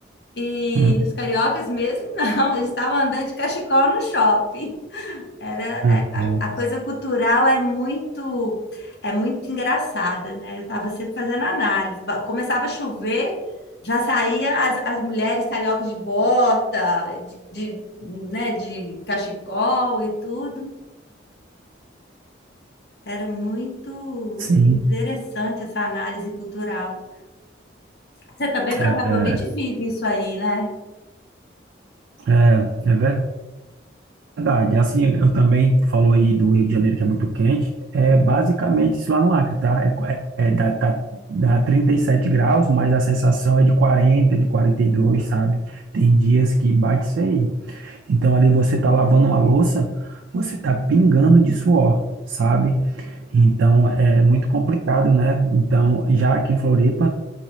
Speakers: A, on the left; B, on the right.
A: e
B: Hum,
A: os cariocas mesmo, <laughs> não, eles estavam andando de cachecol no shopping. Era
B: é,
A: é, a,
B: é,
A: a coisa cultural é muito é muito engraçada, né? Eu estava sempre fazendo análise. Ba- Começava a chover, já saía as, as mulheres cariocas de bota, de, de, né, de cachecol e tudo. Era muito
B: Sim,
A: interessante essa análise cultural. Você também provavelmente
B: é,
A: vive isso aí, né?
B: é, é, é verdade. Verdade, assim, eu também falou aí do Rio de Janeiro que é muito quente, é basicamente isso lá no Acre, tá? É, qu- é- é dá, tá, dá 37 graus, mas a sensação é de 40, de 42, sabe? Tem dias que bate isso aí. Então ali você tá lavando uma louça, você tá pingando de suor, sabe? Então é muito complicado, né? Então já aqui em Floripa